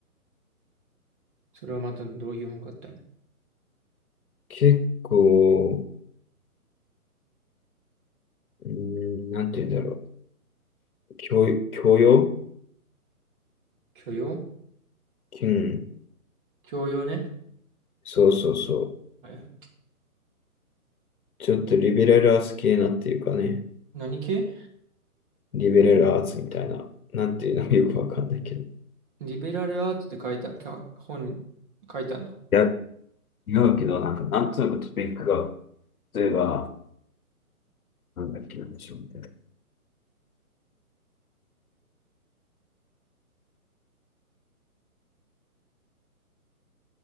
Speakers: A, on the right (about 35°); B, on the left (about 70°).
A: それはまたどういう本買ったの
B: 結構、うーん、なんて言うんだろう。教、教養
A: 教養
B: うん。
A: 教養ね。
B: そうそうそ
A: はい
B: う。ちょっとリベラルアーツ系なっていうかね。
A: 何系
B: リベラルアーツみたいな。なんていうのもよくわかんないけど。
A: リベラルアーツって書いた、か本書いたの。
B: や違うけど、なんか、なんとなくトピックが、例えば、なんだっけ、なんでしょうね。